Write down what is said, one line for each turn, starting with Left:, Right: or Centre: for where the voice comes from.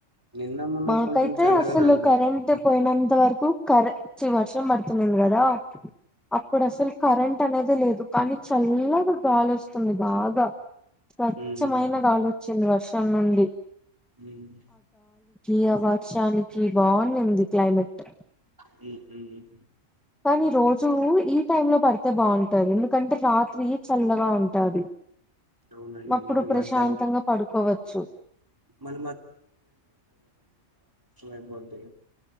Right: నిన్న మొన్న
Centre: మాకైతే
Right: కొంచెం చల్లగానే
Centre: అసలు
Right: ఉండే
Centre: కరెంట్ పోయినంత వరకు కరెట్ వర్షం పడుతున్నింది కదా అప్పుడు అసలు కరెంట్ అనేది లేదు కానీ చల్లగా గాలి వస్తుంది బాగా స్వచ్ఛమైన
Right: ఉమ్
Centre: గాలోచ్చింది వర్షం ం నుండి
Right: హ్మ్
Centre: ఈ వర్షానికి బావున్నింది క్లైమేట్
Right: హ్మ్ హ్మ్
Centre: కానీ రోజూ ఈ టైమ్ లో పడితే బాంటది ఎందుకంటే రాత్రి చల్లగా ఉంటాది
Right: అవునండి
Centre: అప్పుడు
Right: మరి
Centre: ప్రశాంతంగా
Right: మధ్యాహ్నం
Centre: పడుకోవ చు
Right: మన ఐపోద్ది